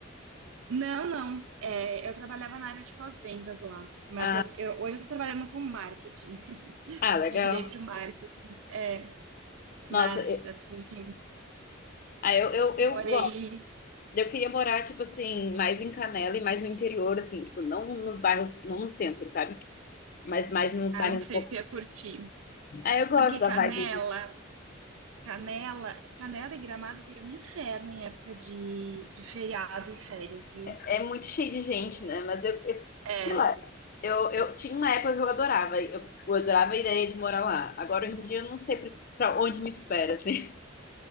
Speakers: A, on the right; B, on the left.
A: Não, não. É, eu trabalhava na área de pós-vendas lá, mas
B: Ah,
A: eu, eu- hoje eu estou trabalhando com marketing. <laughs>
B: ah, legal.
A: Migrei para o marketing, é,
B: Nossa,
A: mas
B: eu-
A: enfim,
B: ah, eu, eu, eu
A: morei.
B: gosto. Eu queria morar, tipo assim, mais em Canela e mais no interior, assim, tipo, não nos bairros, não no centro, sabe? Mas mais nos
A: Ah,
B: bairros
A: não sei
B: um
A: se eu ia curtir,
B: Ah, eu gosto
A: porque
B: da
A: Canela,
B: vibe disso.
A: Canela, Canela e Gramado viram um inferno em época de, de feriado e férias, viu?
B: É, é muito cheio de gente, né? Mas eu, eu-
A: É,
B: sei lá, eu, eu tinha uma época que eu adorava, eu, eu adorava a ideia de morar lá. Agora, hoje em dia, eu não sei pra pra onde me espera, assim. <laughs>